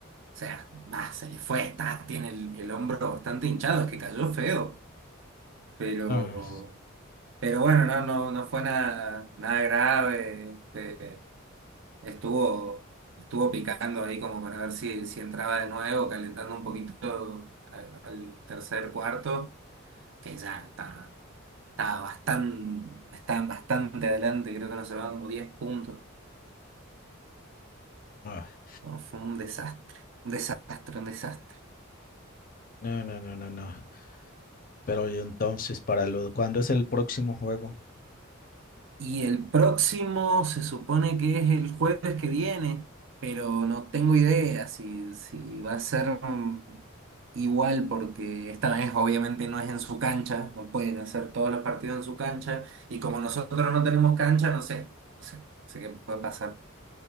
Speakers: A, on the right; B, on the left.
A: sea, va, se le fue, está, tiene el, el hombro bastante hinchado, es que cayó feo. Pero,
B: Ah,
A: pero bueno, no, no, no fue nada, nada grave. este, estuvo, estuvo picando ahí como para ver si, si entraba de nuevo, calentando un poquito al al tercer cuarto que ya está. Está bastante, está bastante adelante, creo que nos llevaban como 10 puntos.
B: ah.
A: No, fue un desastre, un desastre, un desastre.
B: No, no, no, no, no. Pero y entonces, para lo, ¿cuándo es el próximo juego?
A: Y el próximo se supone que es el jueves que viene, pero no tengo idea si, si va a ser mm, igual, porque esta vez obviamente no es en su cancha, no pueden hacer todos los partidos en su cancha, y como nosotros no tenemos cancha, no sé, no sé, no sé qué puede pasar.